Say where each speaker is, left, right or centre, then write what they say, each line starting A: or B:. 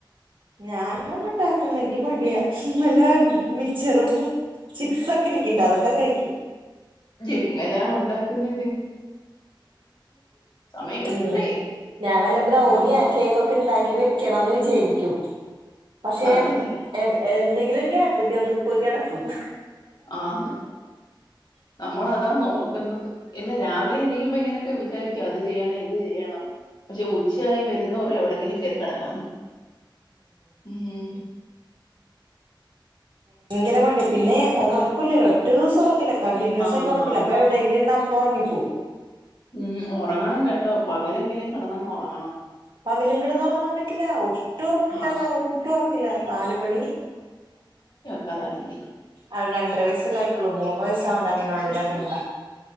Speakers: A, on the right (about 75°); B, on the left (about 60°).
A: ഞാൻ <unintelligible> എനിക്ക് മടിയാ വല്ല മിച്ചറും ചിപ്സ് ഒക്കെ ഇരിക്കണ്ട് അതൊക്കെ കഴിക്കും
B: ജെങ്ങനാ ഉണ്ടാക്കുന്നെ സമയം കിട്ടണ്ടേ
A: ഉം ഞാൻ വല്ല ബ്രൗണിയാ
B: ഉം
A: കേക്കൊക്കെ ഉണ്ടാക്കി വെക്കണംന്ന് വിചാരിക്കും പക്ഷെ
B: നടക്കത്തില്ല
A: എ എന്തെങ്കിലും ഒരു ഗ്യാപ്പ്കിട്ടി ഒന്ന് പോയി കെട- ക്കും-
B: ആന്ന് നമ്മള് - അ നോക്കുന്നത് ഇല്ല രാവിലെ എണീക്കുമ്പം ഇങ്ങനൊക്കെ വിചാരിക്കും അത് ചെയ്യണം ഇത് ചെയ്യണം പക്ഷെ ഉച്ചയായി വെര്- <unintelligible> എവിടെങ്കിലും- കേറിക്കടക്കാതോന്നു ഉം-
A: ഭങ്കര പണി പിന്നെ ഒറക്വല്ലല്ലോഒറ്റ ദിവസം ഒറ ക്കില്ല കണ്ടിന്യൂസായിട്ട്
B: ആഹ്
A: ഉറക്കില്ല
B: ആന്നാ
A: അപ്പം എവിടെയെങ്കിലും ഇരുന്നാ അപ്പം ഒറങ്ങി- പോവ്-
B: ഉം ഒറങ്ങണം കേട്ടോ പകലെങ്കിലും കെടന്നങ്ങ് ഒറങ്ങണം -
A: പകലും കിടന്ന് ഒറങ്ങാൻ പറ്റില്ല ഒട്ടും ഒറക്കില്ലന്നാണ്
B: ആശയം
A: ഒട്ടും ഒറക്കില്ല നാല് മണി -
B: ക്കാറായില്ലേ?
A: അവന് രണ്ടര വയസല്ലായിട്ടുള്ളൂ മൂന്ന് വയസാവണ്ട
B: ആ,
A: അങ്ങനെ
B: അത്
A: അങ്ങനവാടിലാക്കണമെങ്കിൽ
B: ശരിയാ